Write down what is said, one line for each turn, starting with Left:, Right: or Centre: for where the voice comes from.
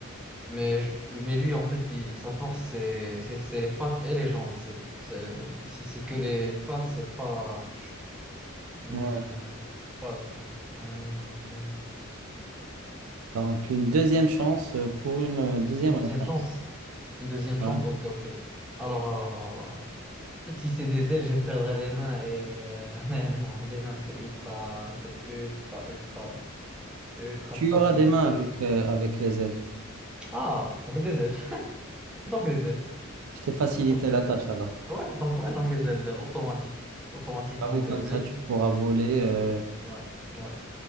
Centre: Mais, je- mais lui, en fait, il, sa force, c'est c'est- c'est les pattes et les jambes. C'est, c'est- si c'est que les pattes, c'est pas. Hmm,
Right: Ouais.
Centre: c'est pas assez. Hmm,
Right: Donc, une deuxième chance pour une euh, deuxième
Centre: une deuxième
Right: réponse.
Centre: chance. Une deuxième
Right: Ouais.
Centre: chance. Ok, ok. Alors, alors, alors, alors. Si c'est des ailes, je perdrais les mains et euh, <laughs> non, les mains c'est ultra, c'est ultra, ultra, ultra
Right: Tu
Centre: pratique.
Right: auras des mains
Centre: euh.
Right: avec, euh, avec les ailes.
Centre: Ah, donc des ailes, <laughs> donc des ailes,
Right: Je t'ai facilité
Centre: donc des
Right: la tâche
Centre: ailes.
Right: alors.
Centre: Ouais, donc ouais, donc les ailes euh, automatiques, automatiquement
Right: Ah oui,
Centre: des
Right: comme ça
Centre: ailes.
Right: tu pourras voler. euh.
Centre: Ouais, ouais.